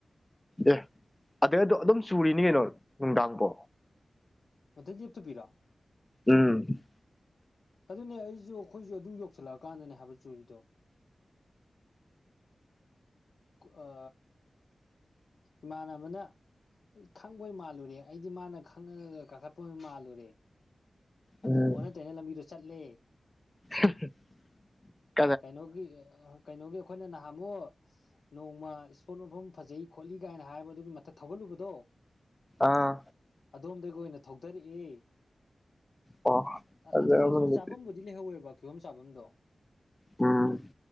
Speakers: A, on the left (about 15°); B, on the left (about 75°).
A: ꯑꯦ ꯑꯗꯨꯗꯣ ꯑꯗꯨꯝ ꯆꯨꯔꯤꯅꯤ ꯀꯩꯅꯣ ꯅꯨꯡꯗꯥꯡꯕꯣ
B: ꯑꯣꯗꯩ ꯂꯦꯞꯇꯨꯕꯤꯔꯑꯣ
A: ꯎꯝ
B: ꯑꯗꯨꯅꯦ ꯑꯩꯁꯨ ꯑꯩꯈꯣꯏꯁꯨ ꯑꯗꯨ ꯌꯧꯁꯤꯜꯂꯛꯑꯀꯥꯟꯗꯅꯦ ꯍꯥꯏꯕ ꯆꯨꯔꯤꯗꯣ ꯑ ꯏꯃꯥꯟꯅꯕꯅ ꯑꯩ ꯈꯪꯕꯣꯏ ꯃꯥꯜꯂꯨꯔꯦ ꯑꯩꯗꯤ ꯃꯥꯅ ꯈꯪꯉꯒ ꯀꯥꯈꯠꯄ ꯃꯥꯜꯂꯨꯔꯦ ꯑꯗꯨꯒ
A: ꯎꯝ
B: ꯑꯣꯟꯅ ꯇꯩꯅ ꯂꯝꯕꯤꯗꯣ ꯆꯠꯂꯦ
A: <inaudible>
B: ꯀꯩꯅꯣꯒꯤ ꯀꯩꯅꯣꯒꯤ ꯑꯩꯈꯣꯏꯅ ꯅꯍꯥꯝꯃꯣ ꯅꯣꯡꯃ ꯏꯁꯄꯣꯔꯠ ꯃꯐꯝ ꯐꯖꯩ ꯈꯣꯠꯂꯤ ꯀꯥꯏꯅ ꯍꯥꯏꯕ ꯑꯗꯨꯒꯤ ꯃꯊꯛ ꯊꯧꯒꯠꯂꯨꯕꯗꯣ
A: ꯑꯥ
B: ꯑꯗꯣꯝꯗꯒꯤ ꯑꯣꯏꯅ ꯊꯧꯊꯔꯛꯏ
A: ꯑꯣ ꯑꯗꯨꯗ
B: ꯑꯗꯨꯗꯁꯨ
A: ꯑꯃ ꯅꯨꯃꯤꯠꯇꯤ
B: ꯆꯥꯐꯝꯕꯨ ꯀꯗꯤ ꯂꯩꯍꯧꯋꯦꯕ ꯐꯤꯕꯝ ꯆꯥꯐꯝꯗꯣ
A: ꯎꯝ